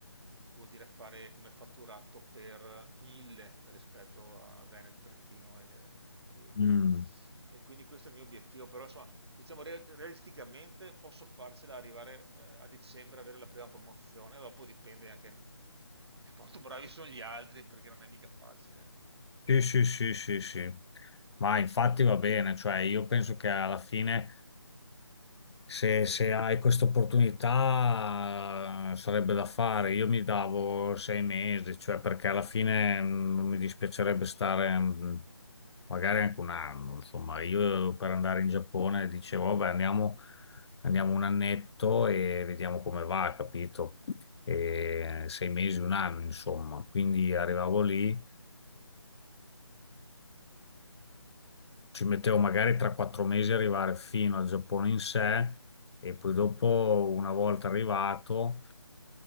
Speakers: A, on the right (about 60°); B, on the left (about 65°).
A: vuol dire fare come fatturato per mille rispetto a Veneto, Trentino e, le- e Friuli.
B: mm.
A: E quindi questo è il mio obiettivo, però insomma, diciamo re- realisticamente posso farcela arrivare eh, a dicembre, avere la prima promozione, dopo dipende anche <laughs> mm, che quanto bravi sono gli altri, perché non è mica facile.
B: Sì, sì, sì, sì, sì. Ma infatti va bene, cioè io penso che alla fine Se, se hai questa opportunità eh, sarebbe da fare. Io mi davo sei mesi, cioè perché alla fine mm, non mi dispiacerebbe stare mm, magari anche un anno. Insomma, io per andare in Giappone dicevo, vabbè, andiamo, andiamo un annetto e vediamo come va, capito? E sei mesi, un anno, insomma. Quindi arrivavo lì ci mettevo magari 3-4 mesi a arrivare fino al Giappone in sé e poi dopo, una volta arrivato,